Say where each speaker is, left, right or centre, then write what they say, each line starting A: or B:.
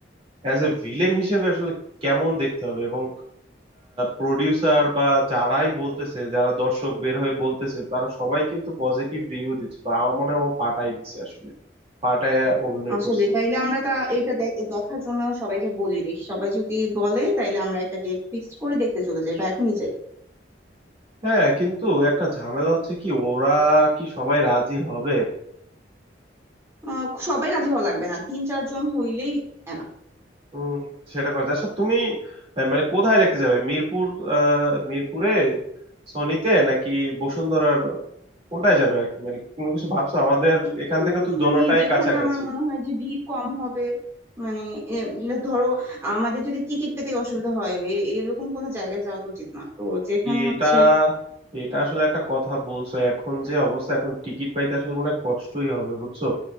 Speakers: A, on the right; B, on the right.
A: অ্যাজ এ ভিলেন হিসেবে আসলে কেমন দেখতে হবে এবং প্রডিউসার বা যারাই বলতেছে যারা দর্শক বের হয়ে বলতেছে তারা সবাই কিন্তু পজিটিভ রিভিউ দিচ্ছে তো আমার মনে হয় ও ফাটাই দিছে আসলে ফাটায় অভিনয়
B: আসলে
A: করছে
B: তাইলে আমরা তা এটা দেখ- দেখার জন্য সবাইকে বলি দেখি সবাই যদি বলে তাইলে আমরা একটা ডেট ফিক্স করে দেখতে চলে যাই বা এখনই যাই
A: হ্যাঁ কিন্তু একটা ঝামেলা হচ্ছে কি ওরা কি সবাই রাজি হবে
B: আহ সবাই রাজি হওয়া লাগবে না তিন চারজন হইলেই enough।
A: উম সেটা করে আচ্ছা তুমি আহ, মানে কোথায় দেখতে যাবে মিরপুর আহ মিরপুরে সনিতে নাকি বসুন্ধরার কোনটায় যাবে আর কি মানে কোনো কিছু ভাবছো আমাদের
B: একটু
A: এখান থেকে তো দোনোটাই
B: মানে যেখানে
A: কাছাকাছি
B: আমার মনে হয় যে ভিড় কম হবে মানে এ, মানে ধরো আমাদের যদি টিকিট পেতে অসুবিধা হয় এ- এরকম কোনো জায়গায় যাওয়া তো উচিত না তো যেখানে
A: এটা
B: হচ্ছে
A: এটা আসলে একটা কথা বলছো এখন যে অবস্থা এখন টিকিট পাইতে আসলে মনে হয় কষ্টই হবে বুঝছো